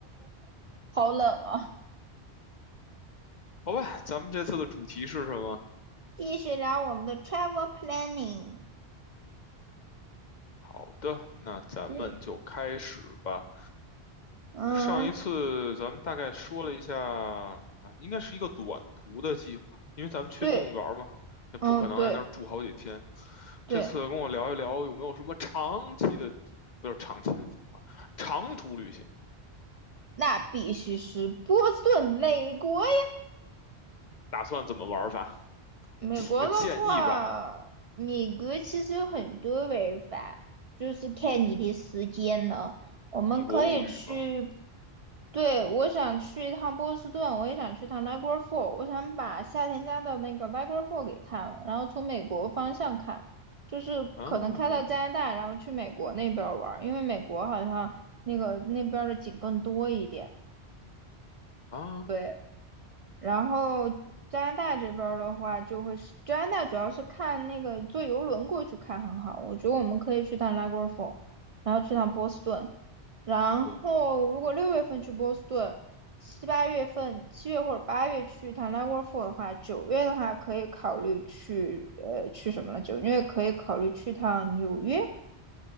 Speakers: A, on the right; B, on the left.
A: 好冷啊！
B: 好吧，咱们这次的主题是什么？
A: 继续聊我们的 travel planning。
B: 好的，那咱们就开始吧。
A: 对，嗯，
B: 上一次咱们大概说了一下，应该是一个短途的计划，因为咱们去动物园儿嘛，
A: 对，
B: 那不可能在那儿住好几天。
A: 嗯，对，对，
B: 这次跟我聊一聊，有没有什么长期的，不是长期的计划，长途旅行，
A: 那必须是波士顿，美国
B: 打算怎么玩儿法？
A: 美国的话，
B: 提个建议吧。
A: 米格其实有很多玩法，就是看你的时间了。
B: 米
A: 我们可以去，
B: 米国物语嘛，
A: 对，我想去一趟波士顿，我也想去趟 Niagara Falls，我想把夏天家的那个 Niagara Falls 给看了，然后从美国方向看，就是可能开到加拿大，
B: 啊
A: 然后去美国那边玩儿因为美国好像那个那边儿的景更多一点。
B: 啊，
A: 对。然后加拿大这边儿的话，就会是加拿大主要是看那个坐游轮过去看很好，我觉得我们可以去趟拉格佛，然后去趟波士顿，然后如果六月份去波士顿，
B: 是的。
A: 七八月份七月或者八月去趟拉格佛的话，九月的话可以考虑去呃去什么呢？九月可以考虑去趟纽约，